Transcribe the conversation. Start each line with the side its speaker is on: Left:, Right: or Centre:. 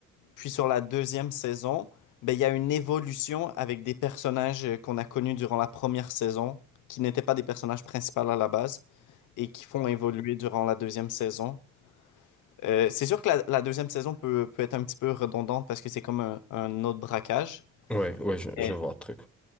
Left: Puis, sur la deuxième saison, ben, il y a une évolution avec des personnages euh, qu'on a connus durant la première saison, qui n'étaient pas des personnages principaux à la base, et qui font évoluer durant la deuxième saison. Euh, c'est sûr que la, la deuxième saison peut, peut être un petit peu redondante parce que c'est comme un, un autre braquage.
Centre: Oui, oui, je,
Left: Euh,
Centre: je vois le truc.